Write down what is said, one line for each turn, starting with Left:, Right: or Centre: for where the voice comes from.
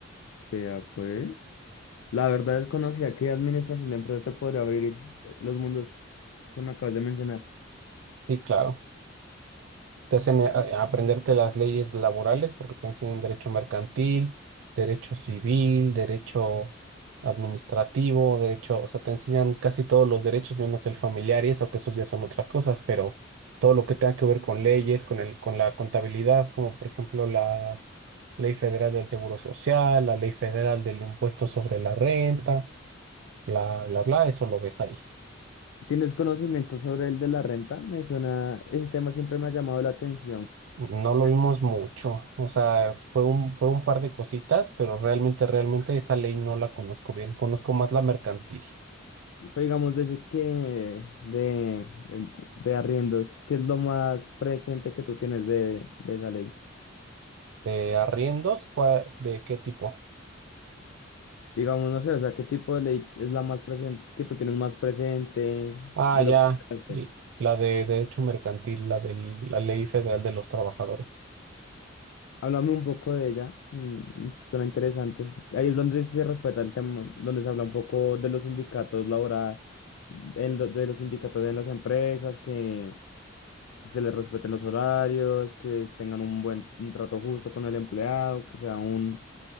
Left: Vea, pues. La verdad desconocía que administración de empresas te podría abrir eh, los mundos que me acabas de mencionar.
Right: Sí, claro. Te hacen eh, a- aprenderte las leyes laborales porque te enseñan derecho mercantil, derecho civil, derecho administrativo, derecho, o sea, te enseñan casi todos los derechos menos el familiar y eso, que esos ya son otras cosas, pero todo lo que tenga que ver con leyes, con el, con la contabilidad, como por ejemplo la Ley Federal del Seguro Social, la Ley Federal del Impuesto sobre la Renta, bla, bla, bla, eso lo ves ahí.
Left: ¿Tienes conocimiento sobre el de la renta? Me suena, ese tema siempre me ha llamado la atención.
Right: No lo
Left: Eh,
Right: vimos mucho, o sea, fue un, fue un par de cositas, pero realmente, realmente esa ley no la conozco bien. Conozco más la mercantil.
Left: Pero digamos, desde que de, el- de arriendos, ¿qué es lo más presente que tú tienes de, de esa ley?
Right: ¿De arriendos? ¿Cuá- ¿De qué tipo?
Left: Digamos, no sé, o sea, ¿qué tipo de ley es la más presente, que tú tienes más presente
Right: Ah,
Left: de
Right: ya,
Left: lo que... esperaste?
Right: y la de derecho mercantil, la de la ley federal de los trabajadores.
Left: Háblame un poco de ella, mm, suena interesante. Ahí es donde se respeta el tema, donde se habla un poco de los sindicatos laborales, de los sindicatos en las empresas, que se les respeten los horarios, que tengan un buen un trato justo con el empleado, que sea un